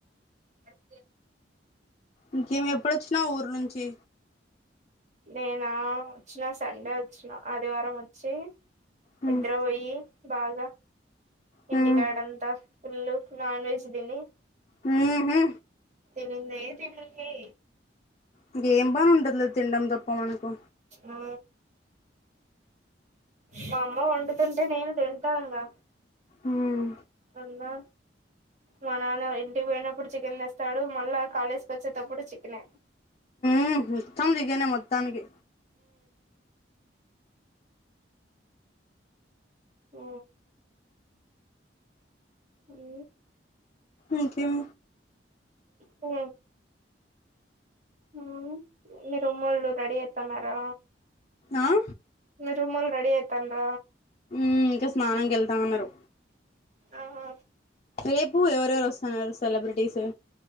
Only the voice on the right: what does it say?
అద
నేనా వచ్చిన సండే వచ్చిన ఆదివారం వచ్చి
నిద్ర పొయ్యి బాగా
ఇంటికాడంతా పుల్లు నాన్ వెజ్ తిని
తినిందే తినుల్లి
ఆ మా అమ్మ వండుతుంటే నేను తింటాంగా
అన్నా మా నాన్న ఇంటికి పోయినప్పుడు చికెన్ తెస్తాడు మళ్ళా కాలేజ్కి వచ్చేటప్పుడు చికెన్
ఆ హు
కు హు మీ రూమోళ్ళు రెడీ అయితాన్నరా
మీ రూమోళ్ళు రెడిీ అయితాండ్ర
ఆహ